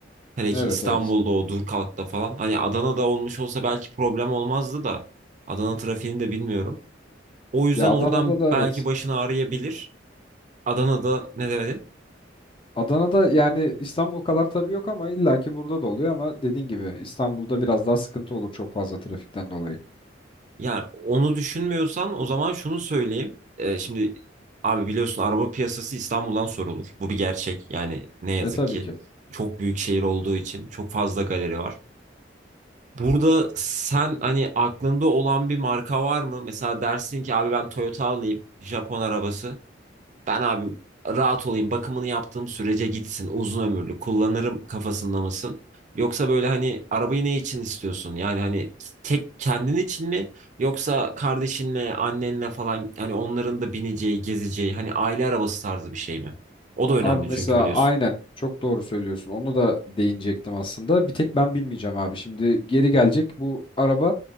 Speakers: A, on the right; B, on the left.
A: Hele
B: Evet
A: ki İstanbul'da
B: evet.
A: o dur kalkta falan. Hani Adana'da olmuş olsa belki problem olmazdı da. Adana trafiğini de bilmiyorum. O yüzden
B: Ya Adana'da
A: oradan
B: da
A: belki
B: evet.
A: başını ağrıyabilir. Adana'da ne demedi?
B: Adana'da yani İstanbul kadar tabii yok ama illaki burada da oluyor ama dediğin gibi İstanbul'da biraz daha sıkıntı olur çok fazla trafikten dolayı.
A: Yani onu düşünmüyorsan o zaman şunu söyleyeyim. Ee, şimdi abi biliyorsun araba piyasası İstanbul'dan sorulur. Bu bir gerçek. Yani ne yazık
B: E tabii
A: ki
B: ki.
A: çok büyük şehir olduğu için çok fazla galeri var. Burada sen hani aklında olan bir marka var mı? Mesela dersin ki abi ben Toyota alayım, Japon arabası. Ben abi rahat olayım, bakımını yaptığım sürece gitsin, uzun ömürlü kullanırım kafasında mısın? Yoksa böyle hani arabayı ne için istiyorsun? Yani hani tek kendin için mi? Yoksa kardeşinle, annenle falan hani onların da bineceği, gezeceği hani aile arabası tarzı bir şey mi? O da önemli
B: Abi mesela
A: çünkü biliyorsun.
B: aynen çok doğru söylüyorsun. Onu da değinecektim aslında. Bir tek ben bilmeyeceğim abi. Şimdi geri gelecek bu araba.